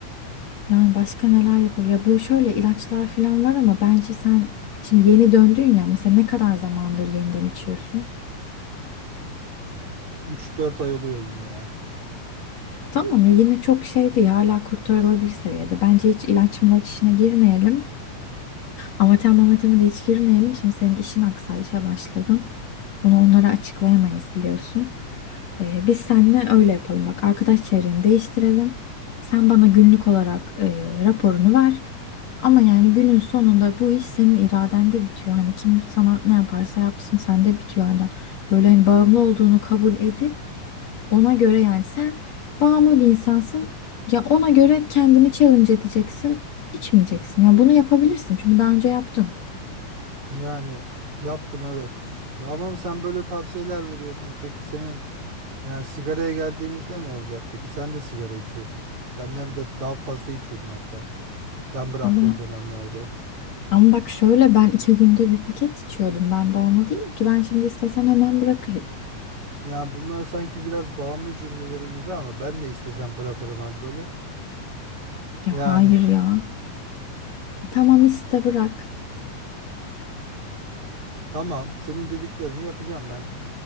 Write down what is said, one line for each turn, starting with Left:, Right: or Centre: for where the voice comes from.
Left: Yani başka neler yapabilir? Bu şöyle ilaçlar falan var ama bence sen şimdi yeni döndün ya mesela ne kadar zamandır yeniden içiyorsun?
Right: Üç dört ay oluyor yine ya.
Left: Tamam ya yine çok şey değil hala kurtarılabilir seviyede. Bence hiç ilaç milaç işine girmeyelim. Amatör mamateme de hiç girmeyelim. Şimdi senin işin aksar işe başladın. Onu onlara açıklayamayız biliyorsun. Ee, biz seninle öyle yapalım. Bak arkadaş çevreni değiştirelim. Sen bana günlük olarak e, raporunu ver. Ama yani günün sonunda bu iş senin iradende bitiyor. Hani kim sana ne yaparsa yapsın sende bitiyor adam. Böyle hani bağımlı olduğunu kabul edip ona göre yani sen bağımlı bir insansın. Ya ona göre kendini challenge edeceksin. içmeyeceksin. Ya bunu yapabilirsin çünkü daha önce yaptın.
Right: Yani yaptım evet. Ama sen böyle tavsiyeler veriyorsun. Peki senin yani sigaraya geldiğimizde ne olacak? Peki sen de sigara içiyorsun. Benden de daha fazla içiyordun hatta. Ben bıraktığım
Left: Ama
Right: dönemlerde.
Left: ama bak şöyle ben iki günde bir paket içiyordum. Ben bağımlı değilim ki. Ben şimdi istesem hemen bırakırım.
Right: Ya bunlar sanki biraz bağımlı cümleleri gibi ama ben de istesem bırakırım alkolü.
Left: Ya
Right: Yani
Left: hayır ya. E, tamam iste bırak.
Right: <laughs> tamam senin dediklerini yapacağım ben.